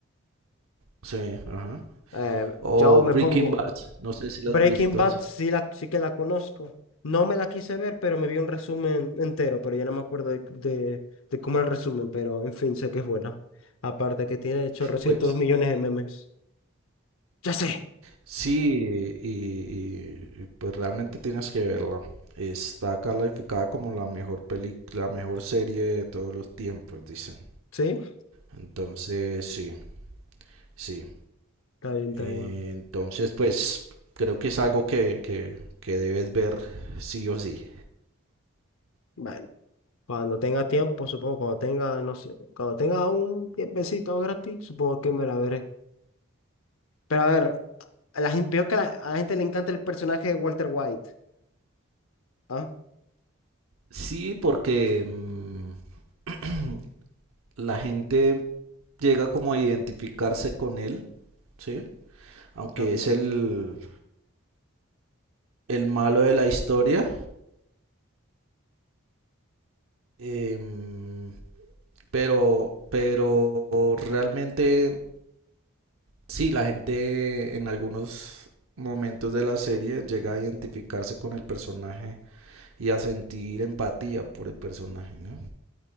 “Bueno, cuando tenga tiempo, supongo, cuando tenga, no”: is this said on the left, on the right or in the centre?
Left